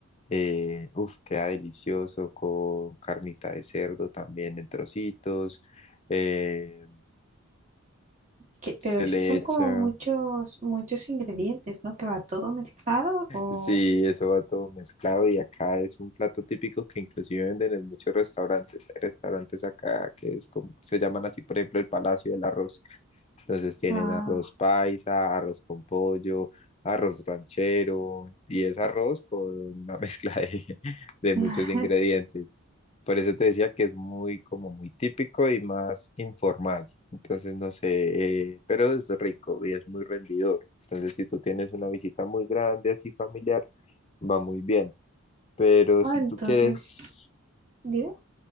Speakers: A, on the left; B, on the right.
A: Eh, uf, queda delicioso con carnita de cerdo también en trocitos. eh,
B: Que-
A: se
B: pero esos
A: le
B: son
A: echa
B: como muchos, muchos ingredientes, ¿no? Que va todo mezclado o...
A: Sí, eso va todo mezclado y acá es un plato típico que inclusive venden en muchos restaurantes. Hay restaurantes acá que es como, se llaman así, por ejemplo, el Palacio del Arroz. Entonces tienen
B: Ah,
A: arroz paisa, arroz con pollo, arroz ranchero y es arroz con una <laughs> mezcla de, de
B: <laughs>
A: muchos ingredientes. Por eso te decía que es muy como muy típico y más informal. Entonces no sé, eh, pero es rico y es muy rendidor. Entonces, si tú tienes una visita muy grande, así familiar, va muy bien. Pero
B: ah,
A: si
B: entonces,
A: tú quieres,
B: dime.